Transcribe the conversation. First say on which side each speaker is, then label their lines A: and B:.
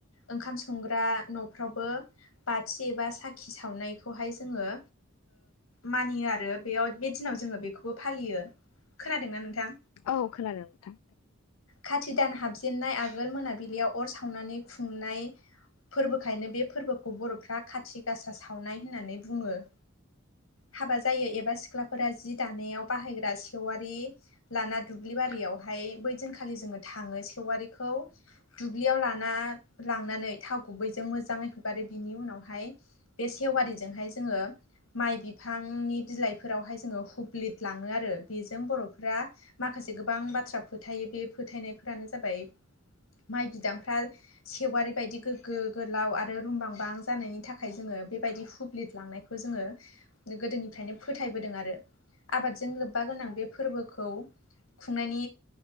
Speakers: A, on the left (about 70°); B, on the left (about 85°).
A: ओंखाम संग्रा न'फ्रावबो बाथि एबा साखि सावनायखौहाय जोङो मानियो आरो बेयाव बे दिनाव जोङो बेखौबो फालियो खोनादोंना नोंथां
B: औ खोनादों नोंथां
A: खाथि दान हाबजेनन्नाय आगोल मोनाबिलियाव अर सावनानै खुंनाय फोरबोखायनो बे फोरबोखौ बर'फ्रा खाथि गासा सावनाय होननानै बुङो हाबा जायो एबा सिख्लाफोरा जि दानायाव बाहायग्रा सेवारि लाना दुब्लि बारियावहाय बै दिनखालि जोङो थाङो सेवारिखौ दुब्लियाव लाना लांनानै थाव गुबैजों मोजांङै हुगारो बिनि उनावहाय बे सेवारिजोंहाय जोंङो माइ बिफांनि बिलाइफोरावहाय जोंङो हुब्लिर लांङो आरो बेजों बर'फोरा माखासे गोबां बाथ्रा फोथायो बे फोथायनायफोरानो जाबाय माइ बिदांफ्रा सेवारि बायदि गोग्गो गोलाव आरो रुमबांबां जानायनि थाखाय जोङो बेबायदि हुब्लिद लांनाय खौ जोंङो गोदोनिफ्रायनो फोथायबोदों आरो आबादजों लोब्बा गोनां बे फोरबोखौ खुंनायनि